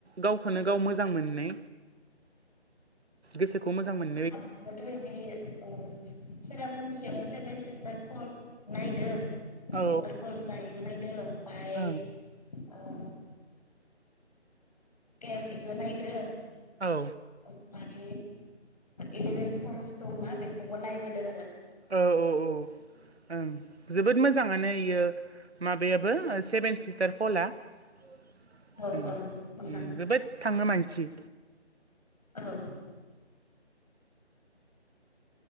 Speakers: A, on the right; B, on the left.
A: गावखौनो गाव मोजां मोनै गोसोखौ मोजां मोनो
B: आंथ बिदि ओ सेरापुनजियाव सेभेन सिस्थार पलस नायदो
A: औ
B: वाटारफल जाहैखौ नायदों ओमफाय
A: औ
B: ओ केप इखौ नायदों
A: औ
B: ओमफ्राय इलेभेन फलस दंना बेखौबो नायबोदों आरो।
A: औ औ औ ओं जोबोद मो मोजांआनो इयो माबायाबो सेभेन सिस्टार फला ओम
B: औ
A: ओम
B: औ मोजां
A: जोबोद थाङो मानसि
B: औ